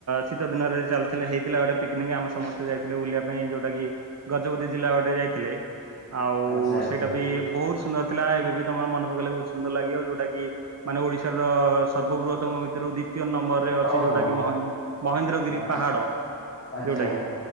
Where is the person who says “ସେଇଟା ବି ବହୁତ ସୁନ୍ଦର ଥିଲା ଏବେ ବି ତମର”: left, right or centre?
Right